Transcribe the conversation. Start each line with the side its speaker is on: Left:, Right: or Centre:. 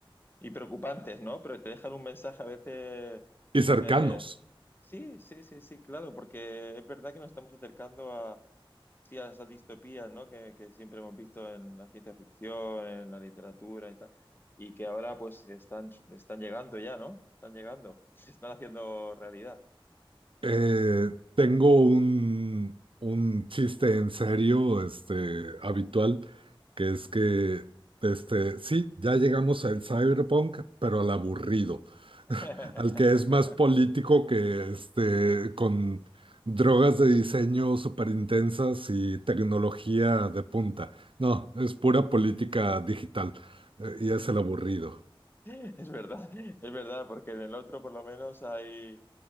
Left: Y preocupantes, ¿no? Pero te dejan un mensaje a veces.
Right: y cercanos.
Left: eh, sí, sí, sí, sí, claro, porque es verdad que nos estamos acercando sí, a esas distopías, ¿no? Que, que siempre hemos visto en la ciencia ficción, en la literatura y tal, y que ahora pues están, están llegando ya, ¿no? Están llegando, <laughs> se están haciendo realidad.
Right: Eh, tengo un, un chiste en serio, este, habitual, que es que, este, sí, ya llegamos al cyberpunk, pero al aburrido,
Left: <laughs>
Right: <laughs> al que es más político que, este, con drogas de diseño súper intensas y tecnología de punta. No, es pura política digital, eh, y es el aburrido.
Left: Es verdad, es verdad, porque en el otro por lo menos hay